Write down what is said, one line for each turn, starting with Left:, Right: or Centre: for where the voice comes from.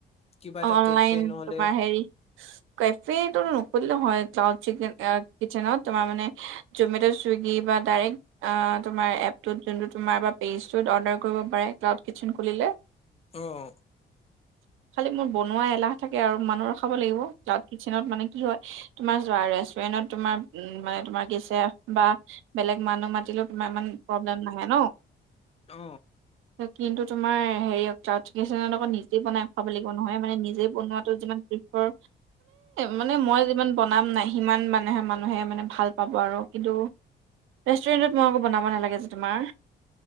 Left: কিবা এটা
Right: অনলাইন
Left: কেফে নহলে
Right: তোমাৰ হেৰি কেফেটো নুখুলিলেও হয় ক্লাউড চিকন অ কিচেনত। তোমাৰ মানে জমেটো চুইগি পৰা দাইৰেক্ট অ তোমাৰ এপটো তোমাৰ যোনটো তোমাৰ বা পেজটো অৰ্ডাৰ কৰিব পাৰে ক্লাউড কিছন খুলিলে।
Left: অঁ।
Right: খালি মোৰ বনোৱা এলাহ থাকে আৰু মানুহ ৰখাব লাগিব, ক্লাউড কিচেনত মানে কি হয়? তোমাৰ চোৱা ৰেষ্টুৰেণ্টত তোমাৰ উম মানে তোমাৰ গেছ ছেফ বা বেলেগ মানুহ মাতিলো তোমাৰ ইমান প্ৰব্লেম নাহে ন।
Left: অ
Right: কিন্তু তোমাৰ হেৰি চাবছকিচনত আকৌ নিজে বনায়। থাকিব নহয় মানে নিজে বনোৱাতো যিমান বিফল মানে মই মানে যিমান ব বনাম নাই সিমান মানুহে মানুহে মানে ভাল পাব আৰু কিন্তু ৰেষ্টুৰেণ্টত মই আকৌ বনাব নালাগে যে তোমাৰ